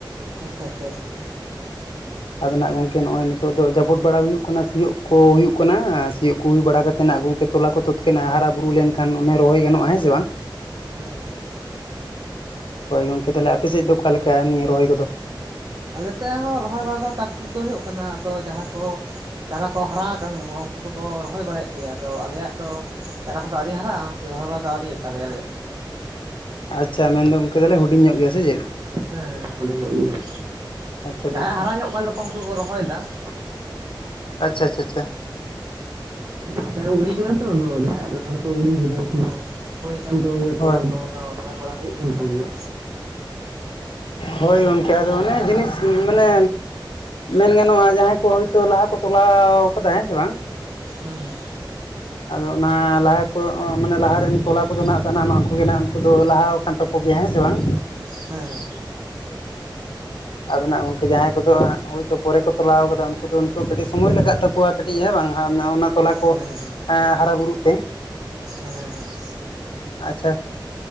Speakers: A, on the right; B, on the left.
A: ᱟᱪᱪᱷᱟ ᱟᱪᱪᱷᱟ ᱟᱪᱪᱷᱟ
B: ᱟᱫᱚ ᱱᱟᱜ ᱜᱚᱢᱠᱮ ᱱᱚᱜᱼᱚᱭ ᱱᱤᱛᱚᱜ ᱫᱚ ᱡᱟᱯᱩᱫ ᱵᱟᱲᱟ ᱦᱩᱭᱩᱜ ᱠᱟᱱᱟ ᱥᱤᱭᱳᱜ ᱠᱚ ᱦᱩᱭᱩᱜ ᱠᱟᱱᱟ ᱟᱨ ᱥᱤᱭᱳᱜ ᱠᱚ ᱦᱩᱭ ᱵᱟᱲᱟ ᱠᱟᱛᱮ ᱱᱟᱜ ᱜᱚᱢᱠᱮ ᱾ ᱛᱚᱞᱟ ᱠᱚ ᱛᱚᱛᱠᱮᱱᱟᱜ ᱦᱟᱨᱟ ᱵᱩᱨᱩ ᱞᱮᱱᱠᱷᱟᱱ ᱚᱱᱮ ᱨᱚᱦᱚᱭ ᱜᱟᱱᱚᱜᱼᱟ ᱦᱮᱸ ᱥᱮ ᱵᱟᱝ
A: ᱦᱮᱸ ᱦᱮᱸ ᱦᱮᱸ
B: ᱦᱳᱭ ᱜᱚᱢᱠᱮ ᱛᱟᱦᱚᱞᱮ ᱟᱯᱮ ᱥᱮᱫ ᱫᱚ ᱚᱠᱟ ᱞᱮᱠᱟ ᱱᱤᱭᱟᱹ ᱨᱚᱦᱚᱭ ᱠᱚᱫᱚ
A: ᱟᱞᱮ ᱥᱮᱫ ᱦᱚᱸ ᱨᱚᱦᱚᱭ ᱵᱟᱲᱟ ᱫᱚ ᱴᱟᱠ ᱴᱩᱠ ᱫᱚ ᱦᱩᱭᱩᱜ ᱠᱟᱱᱟ ᱟᱫᱚ ᱡᱟᱦᱟᱸ ᱠᱚ ᱪᱟᱨᱟ ᱠᱚ ᱦᱟᱨᱟ ᱠᱟᱱ ᱛᱟᱠᱚᱣᱟ ᱩᱱᱠᱩ ᱫᱚᱠᱚ ᱨᱚᱦᱚᱭ ᱵᱟᱲᱟᱭᱮᱫ ᱜᱮᱭᱟ ᱟᱫᱚ ᱟᱞᱮᱭᱟᱜ ᱫᱚ ᱪᱟᱨᱟ ᱠᱚᱫᱚ ᱟᱣᱮᱟᱨᱟᱜᱼᱟ ᱚᱱᱟᱛᱮ ᱨᱚᱦᱚᱭ ᱵᱟᱲᱟ ᱫᱚ ᱟᱣᱨᱤ ᱦᱳᱭᱳᱜ ᱛᱟᱞᱮᱭᱟ ᱟᱞᱮᱭᱟᱜ
B: ᱟᱪᱪᱷᱟ ᱢᱮᱱᱫᱚ ᱜᱚᱢᱠᱮ ᱫᱚᱞᱮ ᱦᱩᱰᱤᱧ ᱧᱚᱜ ᱜᱮᱭᱟ ᱥᱮ ᱪᱮᱫ?
A: ᱦᱮᱸ ᱦᱮᱸ ᱦᱩᱰᱤᱧ ᱧᱚᱜ
B: ᱟᱪᱪᱷᱟ ᱟᱪᱪᱷᱟ
A: ᱜᱮᱭᱟ ᱡᱟᱦᱟᱸᱭᱟᱜ ᱦᱟᱨᱟ ᱧᱚᱜ ᱠᱟᱱ ᱛᱟᱠᱚᱣᱟ ᱩᱱᱠᱩᱠᱚ ᱫᱚᱠᱚ ᱨᱚᱦᱚᱭᱫᱟ ᱾
B: ᱟᱪᱪᱷᱟ ᱟᱪᱪᱷᱟ ᱟᱪᱪᱷᱟ
A: ᱞᱟᱦᱟ ᱛᱮᱠᱚ ᱜᱤᱲᱤ ᱠᱟᱫᱟ ᱛᱚ ᱟᱫᱚ ᱡᱟᱦᱟᱸᱭᱟᱜ ᱞᱟᱦᱟ ᱛᱮᱠᱚ ᱜᱤᱲᱤ ᱠᱟᱫᱟ ᱩᱱᱠᱩ ᱫᱚ ᱦᱳᱭ
B: ᱦᱳᱭ
A: ᱛᱚᱞᱟᱠ ᱫᱚ ᱚᱱᱟ ᱨᱚᱦᱚᱭ ᱵᱟᱲᱟ ᱦᱩᱭᱩᱜ ᱠᱟᱱ ᱛᱟᱠᱚᱜᱮᱭᱟ
B: ᱦᱳᱭ ᱜᱚᱝᱠᱮ ᱟᱫᱚ ᱚᱱᱮ ᱡᱤᱱᱤᱥ ᱢᱟᱱᱮ ᱢᱮᱱ ᱜᱟᱱᱚᱜᱼᱟ ᱡᱟᱦᱟᱸᱭ ᱠᱚ ᱦᱳᱭᱛᱚ ᱞᱟᱦᱟ ᱠᱚ ᱛᱚᱞᱟᱣ ᱠᱟᱫᱟ ᱦᱮᱸ ᱥᱮ ᱵᱟᱝ
A: ᱦᱮᱸ ᱦᱮᱸ
B: ᱟᱫᱚ ᱚᱱᱟ ᱞᱟᱦᱟ ᱠᱚ ᱢᱟᱱᱮ ᱞᱟᱦᱟᱨᱮᱱ ᱛᱚᱞᱟ ᱠᱚᱫᱚ ᱱᱟᱜ ᱥᱟᱱᱟᱢᱟᱜ ᱠᱚᱜᱮ ᱦᱟᱜ ᱩᱱᱠᱩ ᱫᱚ ᱞᱟᱦᱟ <unintelligible> ᱛᱟᱠᱚᱜᱮᱭᱟ ᱦᱮᱸ ᱥᱮ ᱵᱟᱝ
A: ᱦᱮᱸ ᱦᱮᱸ
B: ᱟᱫᱚ ᱱᱟᱜ ᱜᱚᱝᱠᱮ ᱡᱟᱦᱟᱸᱭ ᱠᱚᱫᱚ ᱦᱟᱸᱜ ᱦᱳᱭᱛᱚ ᱯᱚᱨᱮ ᱠᱚ ᱛᱚᱞᱟᱣ ᱠᱟᱫᱟ ᱩᱱᱠᱩ ᱫᱚ ᱱᱤᱛᱳᱜ ᱠᱟᱹᱴᱤᱡ ᱥᱳᱢᱳᱭ ᱞᱟᱜᱟᱜ ᱛᱟᱠᱚᱣᱟ ᱠᱟᱹᱴᱤᱡ ᱦᱮᱸ ᱵᱟᱝ ᱚᱱᱟ ᱛᱚᱞᱟ ᱠᱚ
A: ᱦᱮᱸ ᱦᱮᱸ ᱦᱮᱸ
B: ᱦᱟᱨᱟ ᱵᱩᱨᱩᱜ ᱛᱮ
A: ᱦᱮᱸ ᱦᱮᱸ
B: ᱟᱪᱪᱷᱟ